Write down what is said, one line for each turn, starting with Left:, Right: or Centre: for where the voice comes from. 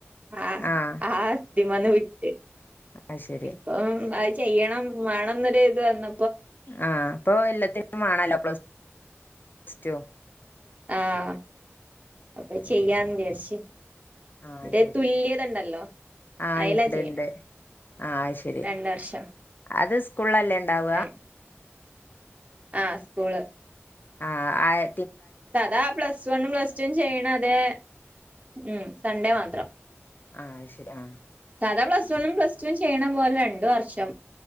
Right: ആ
Left: ആഹ്
Right: ആ ദിമന്ന് വിട്ട്
Left: അത് ശരി
Right: ഇപ്പം <unintelligible> ചെയ്യണം വേണംന്നൊ ഒരു ഇത് വന്ന
Left: ആ പ്പൊ എല്ലത്തിനും വേണല്ലോ പ്ലസ് സ്റ്റോ
Right: ആഹ് അപ്പൊ
Left: അത്
Right: ചെയ്യാന്ന്
Left: ശരി
Right: വിചാരിച്ചു
Left: ആഹ്
Right: മറ്റേ
Left: അത് ശരി
Right: തുല്യത ണ്ടല്ലോ
Left: ആഹ്
Right: അയലാ
Left: ഇണ്ട്
Right: ചെയ്യണ
Left: ഇണ്ട് ആഹ് അത് ശരി
Right: രണ്ട വർഷം
Left: അത് സ്കൂളിലല്ലേ ഉണ്ടാവുക
Right: ആ ആ സ്കൂള്
Left: ആ ആയെ
Right: സദാ പ്ലസ് വണ്ണും പ്ലസ് ടും ചെയ്യണ <unintelligible> ഉ സൺഡേ മാത്രം
Left: ആശരി ആ
Right: സാധാ പ്ലസ് വണ്ണും പ്ലസ് ടൂ ചെയ്യണ പോലെ രണ്ട് വർഷം